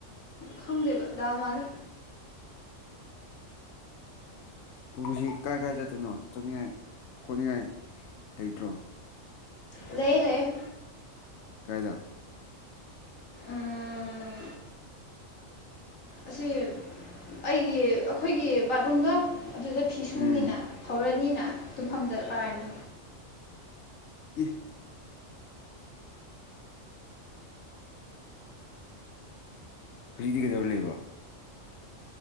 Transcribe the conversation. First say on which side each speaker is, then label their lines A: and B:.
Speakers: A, on the left (about 85°); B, on the left (about 65°).
A: ꯈꯪꯗꯦꯕ ꯗꯥꯜ ꯃꯥꯜꯂꯦ
B: ꯇꯨꯡꯁꯤ ꯀꯥꯏ ꯀꯥꯏ ꯆꯠꯇꯣꯏꯅꯣ ꯆꯠꯅꯤꯡꯉꯥꯏ ꯀꯣꯠꯅꯤꯡꯉꯥꯏ ꯂꯩꯇ꯭ꯔꯣ
A: ꯂꯩꯩꯔꯦ
B: ꯀꯥꯏꯗ
A: ꯎꯝ ꯑꯁꯤ ꯑꯩꯒꯤ ꯑꯩꯈꯣꯏꯒꯤ ꯕꯥꯠꯔꯨꯝꯗ ꯑꯗꯨꯗ ꯐꯤꯁꯨꯅꯤꯅ
B: ꯎꯝ
A: ꯍꯧꯔꯅꯤꯅ ꯇꯨꯝꯐꯝꯗ ꯄꯥꯔꯅꯤ
B: ꯎꯝ ꯍꯧꯖꯤꯛꯇꯗꯤ ꯀꯩꯗꯧꯔ ꯂꯩꯕ